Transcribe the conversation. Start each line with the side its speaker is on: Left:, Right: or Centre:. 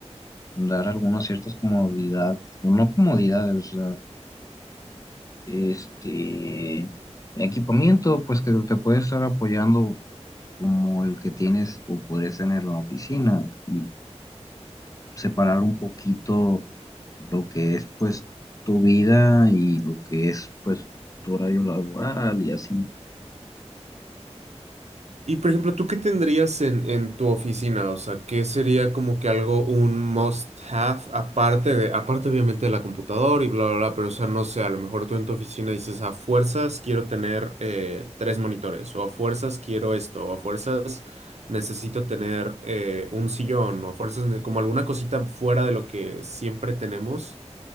Left: dar algunas ciertas comodidades, no comodidades, o sea, este equipamiento, pues que te puede estar apoyando como el que tienes o podrías tener en la oficina y separar un poquito lo que es pues tu vida y lo que es pues tu horario laboral y así.
Right: Y por ejemplo, ¿tú qué tendrías en, en tu oficina? O sea, ¿qué sería como que algo, un must have, aparte de, aparte obviamente de la computadora y bla, bla, bla, pero o sea, no sé, a lo mejor tú en tu oficina dices, a fuerzas quiero tener eh, tres monitores, o a fuerzas quiero esto, o a fuerzas necesito tener eh, un sillón, o a fuerzas ne- como alguna cosita fuera de lo que siempre tenemos,